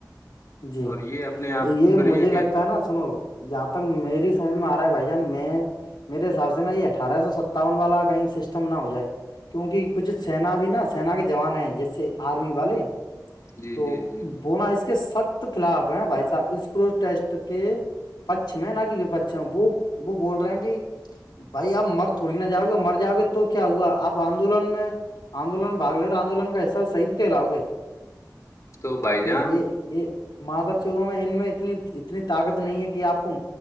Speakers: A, on the left; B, on the left.
A: جی
B: اور یہ اپنے آپ کو
A: یہ
B: پھر
A: مجھے لگتا
B: کہ
A: ہے نا سنو جہاں تک میری سمجھ میں آ رہا ہے بھائی جان میں میرے حساب سے نا یہ اٹھارہ سو ستاون والا کہیں سسٹم نہ ہو جائے کیوںکہ کچھ سینا بھی نا سین کے جوان ہیں جیسے آرمی والے
B: جی
A: تو
B: جی جی
A: بونا اس کے سخت خلاف ہیں بھائی صاحب اس پرو ٹیسٹ کے پچھم ہے نا کہ پچھا وہ وہ بول رہے ہیں کہ بھائی آپ مر تھوڑی نہ جاؤ گے مر جاؤ گے تو کیا ہوا آپ آندولن میں آندولن باگ لے اورا آندولن کا حصہ تو شہید کہ لاؤ گے
B: تو بھائی
A: ا
B: جان
A: یہ یہ <unintelligible> مادر چودوں میں ان میں اتنی اتنی طاقت نہیں ہے کہ آپ کو